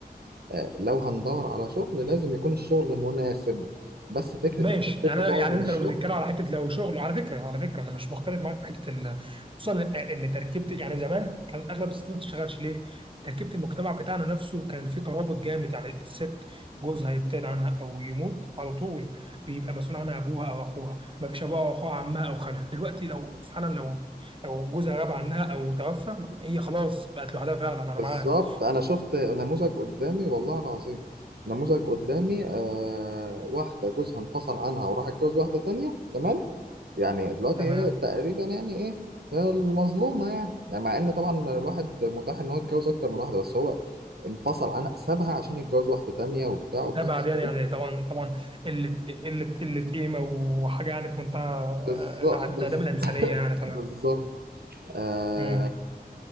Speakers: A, on the right; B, on the right.
A: آه، لو هندور على شغل لازم يكون الشغل مناسب بس فكرة
B: ماشي
A: إن الست
B: يعني
A: تقعد
B: انا يعني
A: من
B: انت
A: الشغل
B: لو بتتكلم على حته لو شغل على فكره على فكره انا مش مختلف معاك في حته ال... خصوصا ان إن تركيبه يعني زمان كان اغلب الستات ما بتشتغلش ليه؟ تركيبه المجتمع بتاعنا نفسه كان فيه ترابط جامد يعني الست جوزها يبتعد عنها او يموت على طول بيبقى مسؤول عنها ابوها او اخوها ما فيش ابوها او اخوها عمها او خالها دلوقتي لو فعلا لو لو جوزها غاب عنها او توفى هي خلاص بقت لوحدها فعلا
A: بالظبط
B: انا معاك
A: أنا شفت نموذج قدامي والله العظيم نموذج قدامي آه واحدة جوزها انفصل عنها وراح اتجوز واحدة تانية تمام يعني دلوقتي
B: تمام
A: هي تقريبا يعني ايه هي المظلومة يعني يعني مع ان طبعا الواحد متاح ان هو يتجوز اكتر من واحدة بس هو انفصل عنها سابها عشان يتجوز واحدة تانية وبتاع وقصص
B: ابعد يعني
A: كده
B: يعني طبعا طبعا قله قله قله قيمه وحاجه يعني في منتهى
A: بالظبط
B: انعدام
A: بالظبط
B: الانسانيه
A: <laughs>
B: يعني طبعا
A: بالظبط. آه
B: امم